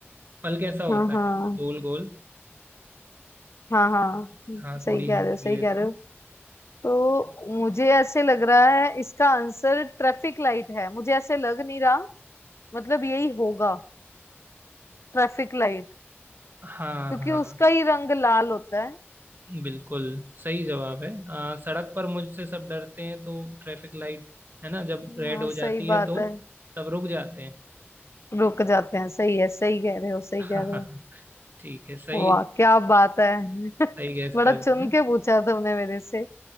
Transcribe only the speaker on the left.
हाँ हाँ
हाँ हाँ
सही
कह
रहे हो सही
कह रहे
हो तो मुझे ऐसे लग रहा है इसका आंसर ट्रैफिक लाइट है मुझे ऐसे लग नहीं रहा मतलब यही होगा ट्रैफिक लाइट
क्योंकि
उसका
ही रंग लाल होता है
हाँ
सही
बात
है
रुक जाते हैं सही है सही कह रहे हो सही
कह रहे हो
वाह क्या बात है <laughs>
बड़ा
चुन के पूछा तुमने मेरे से